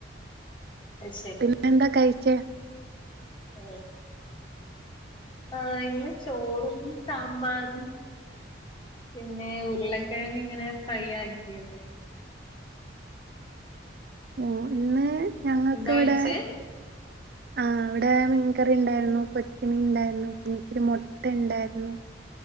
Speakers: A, on the left (about 25°); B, on the right (about 55°).
A: അത്
B: പിന്നെ എന്താ കഴിച്ചേ
A: ഓ ആഹ് ഇന്ന് ചോറും സാമ്പാറും പിന്നെ ഉരുളക്കിഴങ്ങ് ഇങ്ങനെ ഫ്രൈ ആക്കിയത്
B: ഓ ഇന്ന് ഞങ്ങക്ക്
A: എന്താ
B: ഇവിടെ
A: കഴിച്ചേ
B: ആഹ് വടെ മീൻകറി ഉണ്ടായിരുന്നു പൊരിച്ചമീൻ ഉണ്ടായിരുന്നു ഇച്ചിരി മുട്ട ഉണ്ടായിരുന്നു